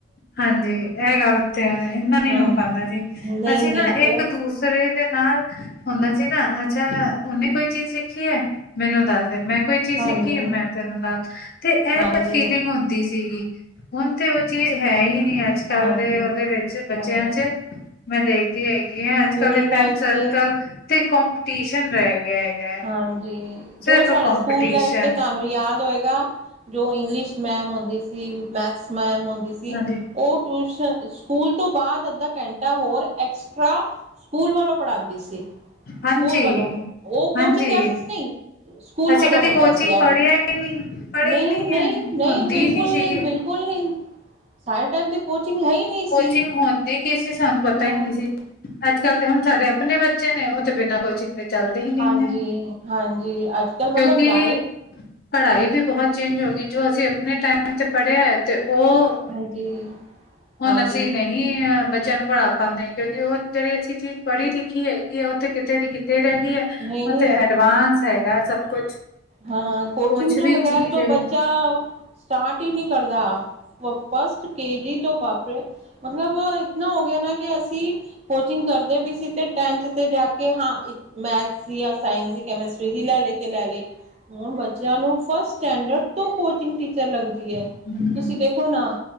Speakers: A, on the left; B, on the right.
A: ਹਾਂਜੀ ਇਹ ਗੱਲ ਤੇ ਇੰਨਾ ਨੀ
B: ਹਾਂਜੀ
A: ਹੋ ਪਾਉਂਦਾ ਜੀ
B: ਨਹੀਂ
A: ਅਸੀ
B: ਨਹੀਂ
A: ਨਾ
B: ਉਹ
A: ਇੱਕ ਦੂਸਰੇ ਦੇ ਨਾਲ ਹੁੰਦਾ ਸੀ ਨਾ ਅੱਛਾ ਉਹਨੇ ਕੋਈ ਚੀਜ਼ ਸਿੱਖੀ ਹੈ ਮੈਨੂੰ ਦੱਸ ਦਿ ਮੈਂ ਕੋਈ ਚੀਜ਼ ਸਿੱਖੀ
B: ਹਾਂਜੀ
A: ਹੈ ਮੈਂ ਤੈਨੂੰ ਨਾਲ ਤੇ ਇਹ
B: ਹਾਂਜੀ
A: ਫੀਲਿੰਗ ਹੁੰਦੀ ਸੀਗੀ। ਹੁਣ ਤੇ ਉਹ ਚੀਜ਼ ਹੈ ਹੀ ਨੀ ਅੱਜ ਕੱਲ
B: ਹਾਂਜੀ
A: ਦੇ ਉਹਦੇ ਵਿੱਚ ਬੱਚਿਆ
B: ਹਾਂਜੀ
A: ਚ। ਮੈਂ ਦੇਖਦੀ ਹੈਗੀ ਹ ਅੱਜ
B: ਸਕੂਲ
A: ਕੱਲ ਦੇ ਫਰੈਂਡ
B: ਲਾਈਫ
A: ਸਰਕਲ
B: ਤੇ
A: ਤੇ ਕਪੀਟੀਸ਼ਨ ਰਹਿ ਗਿਆ ਹੈਗਾ ਹੈ।
B: ਹਾਂਜੀ ਜੋ
A: ਸਿਰਫ
B: ਸਾਡੇ
A: ਕਪੀਟੀਸ਼ਨ
B: ਸਕੂਲ ਲਾਈਫ ਤੇ ਤੁਹਾਨੂੰ ਯਾਦ ਹੋਏਗਾ ਜੋ ਇੰਗਲਿਸ਼ ਮੈਮ ਹੁੰਦੀ ਸੀ, ਮੈਥਸ ਮੈਮ ਹੁੰਦੀ ਸੀ
A: ਹਾਂਜੀ
B: ਉਹ ਟਿਊਸ਼ਨ ਸਕੂਲ ਤੋਂ ਬਾਦ ਅੱਧਾ ਘੰਟਾ ਹੋਰ ਐਕਸਟ ਸਕੂਲ ਵੱਲੋਂ ਪੜਾਂਦੀ ਸੀ।
A: ਹਾਂਜੀ
B: ਸਕੂਲ ਵੱਲੋਂ ਉਹ ਕੋਚਿੰਗ
A: ਹਾਂਜੀ
B: ਕਲਾਸਿਸ ਨਹੀਂ ਸਕੂਲ
A: ਅਸੀਂ
B: ਵੱਲੋਂ
A: ਕਦੇ
B: ਹੁੰਦਾ
A: ਕੋਚਿੰਗ
B: ਸੀ
A: ਪੜ੍ਹਿਆ
B: ਐਡ
A: ਹੀ ਨਹੀਂ ਪੜ੍ਹੇ
B: ਨਈ-ਨਈ।
A: ਹੀ ਨਹੀਂ ਹੈ
B: ਨਹੀ
A: ਹੁੰਦੀ
B: ਬਿਲਕੁਲ
A: ਨਹੀਂ ਸੀਗੀ
B: ਨਹੀ ਬਿਲਕੁਲ ਨਹੀ। ਸਾਰੇ ਟਾਈਮ ਤੇ ਕੋਚਿੰਗ ਹੈ ਹੀ ਨਹੀ ਸੀ
A: ਕੋਚਿੰਗ ਹੁੰਦੀ ਕੀ ਸੀ ਸਾਨੂੰ ਪਤਾ
B: ਹਮ।
A: ਹੀ ਨਹੀਂ ਸੀ ਅੱਜ ਕੱਲ੍ਹ ਤੇ ਹੁਣ ਸਾਡੇ ਆਪਣੇ ਬੱਚੇ ਨੇ ਉਹ ਤੇ ਬਿਨਾਂ ਕੋਚਿੰਗ ਦੇ ਚੱਲਦੇ ਹੀ ਨਹੀਂ
B: ਹਾਂਜੀ-ਹਾਂਜੀ
A: ਨੇ
B: ਅੱਜ ਕੱਲ੍ਹ
A: ਕਿਉਂਕਿ
B: ਮਤਲਬ ਲਾਈਫ
A: ਪੜ੍ਹਾਈ ਵੀ ਬਹੁਤ ਚੇਂਜ ਹੋ ਗਈ ਜੋ ਅਸੀ ਆਪਣੇ ਟਾਈਮ ਤੇ ਪੜ੍ਹਿਆ ਹੈ ਤੇ ਉਹ
B: ਹਾਂਜੀ
A: ਹੁਨ
B: ਹਾਂਜੀ
A: ਅਸੀ ਨੇ ਹੀ ਬੱਚਿਆ ਨੂੰ ਪੜ੍ਹਾ ਪਾਦੇ ਕਿਉਂਕਿ ਉਹ ਜਿਹੜੀ ਅਸੀ ਚੀਜ਼ ਪੜ੍ਹੀ ਲਿਖੀ ਹੈਗੀ ਹੈ ਉਹ ਤੇ ਕਿਤੇ ਵੀ ਕਿਤੇ ਰਹਿ ਗਈ ਹੈ। ਹੁਣ
B: ਨਹੀਂ
A: ਤੇ ਐਡਵਾਂਸ ਹੈਗਾ ਸਭ ਕੁਛ।
B: ਹਾਂ ਕੋਚਿੰਗ
A: ਕੁਛ
B: ਤੋਂ
A: ਵੀ
B: ਬਗੈਰ
A: ਚੀਜ਼
B: ਤੋ
A: ਹੈ
B: ਬੱਚਾ ਸਟਾਰਟ ਈ ਨੀ ਕਰਦਾ। ਫਸਟ ਕੇਜੀ ਤੋ ਵਾਪਰੇ ਮਤਲਬ ਇਤਨਾ ਹੋ ਗਿਆ ਨਾ ਕਿ ਅਸੀਂ ਕੋਚਿੰਗ ਕਰਦੇ ਵੀ ਸੀ ਤੇ ਟੈਂਥ ਤੇ ਜਾ ਕੇ ਹਾਂ ਮੈਥ ਦੀ ਜਾ ਸਾਇੰਸ ਦੀ, ਕੈਮਿਸਟਰੀ ਦੀ ਲੈਲੇ ਤੇ ਲੈ ਲੀ। ਹੁਣ ਬੱਚਿਆ ਨੂੰ ਫਸਟ ਸਟੈਂਡਰਡ ਤੋਂ ਕੋਚਿੰਗ ਟੀਚਰ ਲੱਗਦੀ ਐ
A: ਹਾਂਜੀ
B: ਤੁਸੀ ਦੇ ਹਨਾ